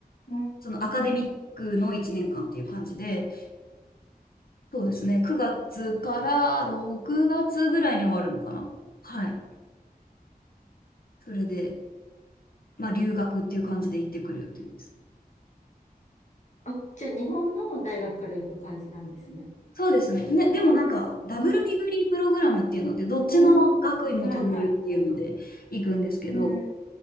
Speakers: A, on the left; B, on the left.
A: うん。
B: そのアカデミックの1年間っていう感じで、そうですね、9月から6月ぐらいに終わるのかな。はい。それで、まあ、留学っていう感じで行ってくる予定です。
A: あ、じゃあ日本の大学から行く感じなんですね。
B: そうですね。ね、でもなんか、ダブルディグリープログラムっていうので、
A: うん
B: どっちの学位も取れるっていうので行くんですけど、
A: うん。はいはいはい。うん。